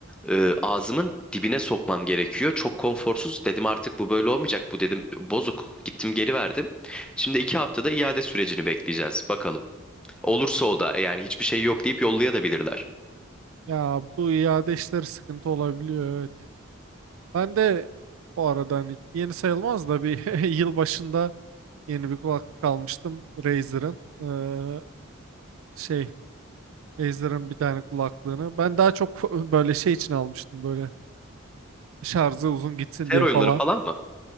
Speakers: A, in the centre; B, on the right (about 80°).
A: e, ağzımın dibine sokmam gerekiyor. Çok konforsuz. Dedim artık bu böyle olmayacak. Bu dedim bozuk. Gittim geri verdim. Şimdi iki haftada iade sürecini bekleyeceğiz. Bakalım. Olursa o da yani hiçbir şey yok deyip yollayabilirler.
B: Ya bu iade işleri sıkıntı olabiliyor evet. Ben de bu arada hani yeni sayılmaz da bir <laughs> yıl başında yeni bir kulaklık almıştım Razer'ın. Ee, şey Razer'ın bir tane kulaklığını. Ben daha çok <laughs> böyle şey için almıştım böyle şarjı uzun gitsin
A: Ser
B: diye
A: oyunları
B: falan.
A: falan mı?